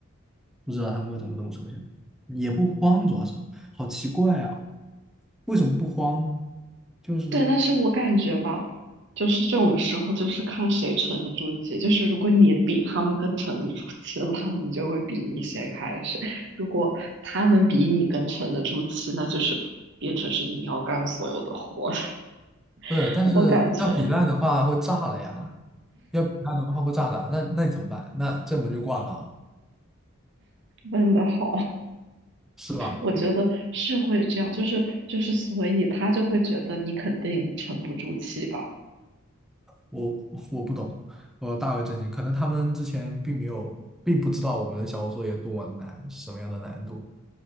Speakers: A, in the centre; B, on the right.
A: 不知道他们为什么这么抽象，也不慌，主要是好奇怪啊，为什么不慌呢？就是
B: 对，但是我感觉吧，就是这种时候就是看谁沉得住气。就是如果你比他们更沉得住气了，他们就会比你先开始；如果他们比你更沉得住气，那就是变成是你要干所有的活。
A: 不是，
B: <laughs>
A: 但是要比烂的话会炸了呀，
B: 我感觉
A: 要比烂的话会炸的，那那你怎么办？那这门就挂了，
B: 问的好，
A: 是吧？
B: 我觉得是会这样，就是就是，所以他就会觉得你肯定沉不住气吧？
A: 我我不懂，我大为震惊，可能他们之前并没有，并不知道我们的小组作业多么难，什么样的难度，